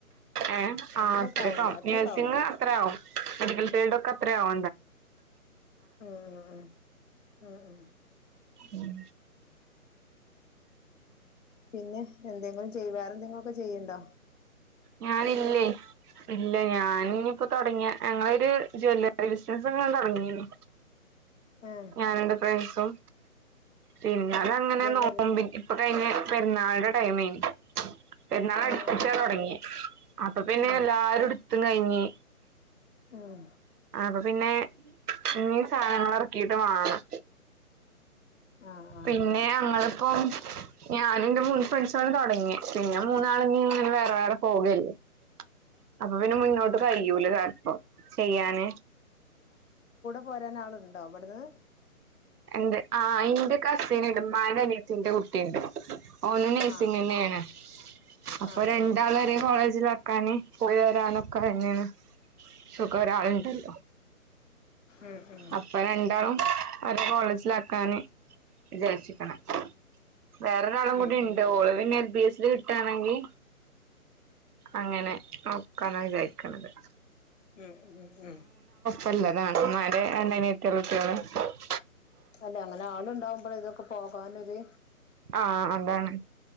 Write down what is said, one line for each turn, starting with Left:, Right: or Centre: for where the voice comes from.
Right: ഏ എം ആ
Left: അത്രൊക്കെ ആവൂല അത്രൊക്കെ
Right: നഴ്സിങ്
Left: ആവൂല
Right: ത്രെയാവും മെഡിക്കൽ ഫീഡോക്കെ അത്രയാവു
Left: ഉം ഉം ഉം
Right: ഉം
Left: പിന്നെ എന്തെങ്കിലും ചെയ്യ് വേറെ ന്തേങ്കിലൊക്കെ ചെയ്യ്ണ്ടോ?
Right: ഞാനില്ലേയ് ഇല്ലേയ് ഞാനിഞ്ഞിപ്പോ തൊടങ്ങ്യ ഞങ്ങളൊരു ജ്വല്ലറി ബിസിനസങ്ങ് തൊടങ്ങീണു.
Left: ആഹ്
Right: ഞാനെന്റെ ഫ്രണ്ട്സും, പിന്നാലങ്ങനെ
Left: ജ്വല്ലറി
Right: നോമ്പി പ്പൊ കഴിഞ്ഞ പെരുന്നാൾടെ ടൈമേര്ന്നു. പെുന്നാൾ അട്പ്പിച്ചാ
Left: ആഹ് ആഹ്
Right: തൊടങ്ങി അപ്പൊ പിന്നെല്ലാരെടുത്തും
Left: ഉം
Right: കഴിഞ്ഞ്.
Left: ഉം.
Right: അപ്പൊ പിന്നെ ഇീ സാനങ്ങളെറക്കീട്ട് വാണം.
Left: ആഹ് ആഹ്
Right: പിന്നെ അങ്ങളിപ്പം, ഞാനുന്റെ മൂന്നു ഫ്രൻസേളും തൊടങ്ങി, പിന്നെ മൂന്നാള് ങ്ങനെ വേറെ വേറെ പോകെ <unintelligible> അപ്പൊ പിന്നെ മുന്നോട്ട്
Left: ആഹ്
Right: കയ്യൂലൽപം
Left: ആഹ്
Right: ചെയ്യാന്.
Left: പോരാനാളുണ്ടോ വ്ട്ന്ന്?
Right: ണ്ട് ആ ഇന്റെ കസിന്ണ്ട് മ്മാന്റെനിയത്തിന്റെ കുട്ടിണ്ട്. ഓനു നഴ്സിങ്ങെന്നേണ്.
Left: ആഹ്
Right: അപ്പൊ
Left: ആഹ്
Right: രണ്ടാളൊരേ
Left: ആഹ്
Right: കോളേജിലാക്കാന് പോയിവ കാണൊക്കയന്നേണ്. സുഖ ഒരാളുണ്ടല്ലോ
Left: ഉം ഉം
Right: അപ്പ രണ്ടാളും അവരെ കോളേജിലാക്കാന് വിചാരിച്ച്ക്ക്‌ണ്. വേറെൊരാളും
Left: ഉം
Right: കൂടിണ്ട്
Left: ഉം ഉം
Right: ഓള് പിന്നെ എൽ ബി എ സില് കിട്ടാണെങ്കി അങ്ങനെ നോക്കാന്ന വിചാരിക്ക്‌ണത്.
Left: ഉം ഉം ഉം.
Right: നല്ലതാണ് എന്നരെ എണ്ടനെ എത്തിള്ളത്തിയുള്ള <unintelligible>
Left: അല്ല അങ്ങനാള്ണ്ടാവുമ്പൊഴേ തൊക്കെ പോകാനൊര്
Right: ആ അതാണ്,